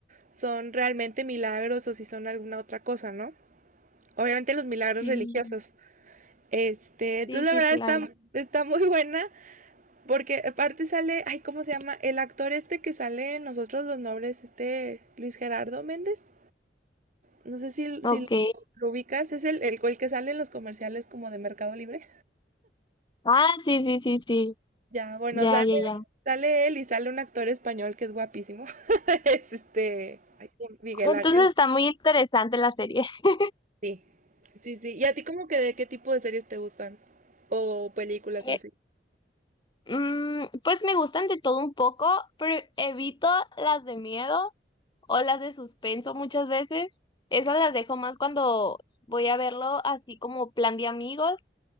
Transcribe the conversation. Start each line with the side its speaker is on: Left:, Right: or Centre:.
Right: son realmente milagros o si son alguna otra cosa, ¿no? Obviamente los milagros
Left: Sí,
Right: religiosos. Este, entonces
Left: sí,
Right: la
Left: sí,
Right: verdad
Left: claro.
Right: está, está muy buena porque aparte sale, ay, ¿cómo se llama? El actor este que sale en Nosotros los Nobles, este Luis Gerardo Méndez. No sé si,
Left: Ok.
Right: si lo, lo ubicas, es el, el, el que sale en los comerciales como de Mercado Libre.
Left: Ah, sí, sí, sí, sí.
Right: Ya, bueno,
Left: Ya,
Right: sale,
Left: ya, ya.
Right: sale él y sale un actor español que es guapísimo. <laughs> es este, ay, Miguel
Left: Entonces
Right: Ángel.
Left: está muy interesante la serie. <laughs>
Right: Sí, sí, sí. ¿Y a ti como que de qué tipo de series te gustan? O películas
Left: Eh,
Right: o así. <laughs>
Left: mm, pues me gustan de todo un poco, pero evito las de miedo o las de suspenso muchas veces. Esas las dejo más cuando voy a verlo así como plan de amigos,